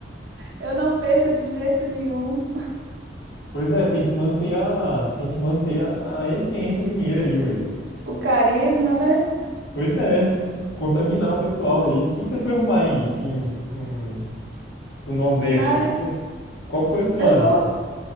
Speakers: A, on the right (about 75°); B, on the left (about 75°).
A: eu não perco de jeito nenhum.
B: Pois é, tem que manter a, tem que manter a, a essência mineira aí, ué.
A: O carisma, né?
B: Pois é, contaminar o pessoal aí. O que que você foi arrumar aí em, em- no Nordeste?
A: Ah,
B: Que que você, qual que foi os planos?
A: eu, co-